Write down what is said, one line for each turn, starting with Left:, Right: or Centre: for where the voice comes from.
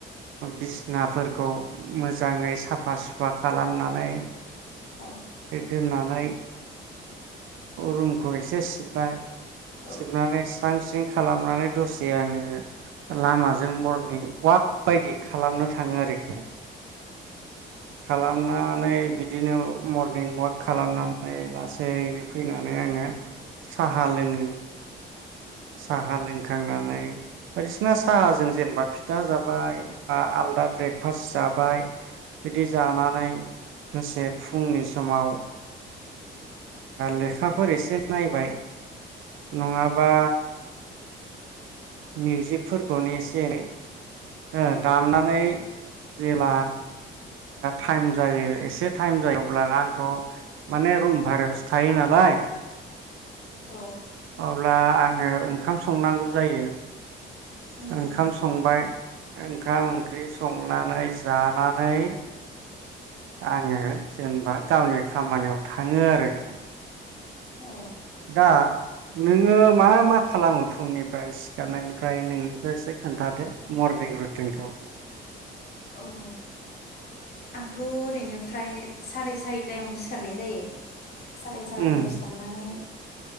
Right: बिसनाफोरखौ मोजाङै साफा सुफा खालामनानै
Left: औ
Right: दोननानै रुमखौ एसे सिबबाय
Left: औ
Right: सिबनानै स्रां स्रिं खालामनानै दसे आङो लामाजों मरनिं अवाक बायदि खालामनो थाङो आरोखि खालामनानै बिदिनो मरनिं वाक खालामनानै लासैनो फैनानै आङो साहा लोङो साहा लोंखांनानै बायदिसिना साहाजों जेनेबा फिथा जाबाय बा आलदा ब्रेकफास्ट जाबाय बिदि जानानै दसे फुंनि समाव लेखाफोर एसे नायबाय नङाबा मिउजिकफोरखौनो एसे एनै दामनानै
Left: औ
Right: जेब्ला टाइम जायो एसे टाइम जायो अ्ल आंथ' माने रुम भारायावसो थायो नालाय
Left: औ
Right: आरो अब्ला आङो ओंखाम संनांगौ जायो
Left: उम
Right: ओंखाम
Left: उम
Right: संबाय ओंखाम ओंख्रि संनानै जानानै आङो जेनेबा गावनि खामानियाव थाङो आरोखि
Left: औ
Right: दा नोङो मा मा खालामो फुंनिफ्राय सिखारनायनिफ्राय नोंनिखौ एसे खोन्थादो मरनिं रुटिनखौ
Left: औ औ आंथ' ओरैनो फ्राय साराय सारिथायावनो सिखारनाय जायो साराय सारिथायाव
Right: उम
Left: सिखारनानै